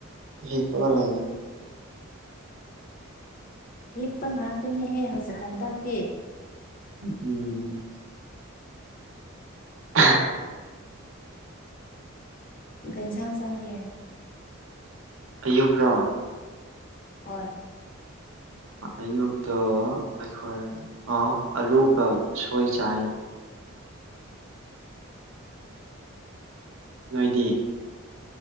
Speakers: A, on the right (about 70°); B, on the left (about 40°).
A: ꯍꯤꯞꯄꯒ ꯂꯩꯌꯦ
B: ꯍꯞꯄ ꯉꯥꯛꯇꯅꯦꯍꯦ ꯍꯧꯖꯤꯛ ꯍꯟꯗꯛꯇꯤ
A: ꯎꯝ ꯑ
B: ꯀ ꯏꯟꯁꯥꯡ ꯆꯥꯒꯦ
A: ꯑꯌꯨꯛ꯭ꯔꯣ
B: ꯍꯣꯏ
A: ꯑꯌꯨꯛꯇꯣ ꯑꯩꯈꯣꯏ ꯑꯂꯨꯒ ꯁꯣꯏ ꯆꯥꯏ ꯅꯣꯏꯗꯤ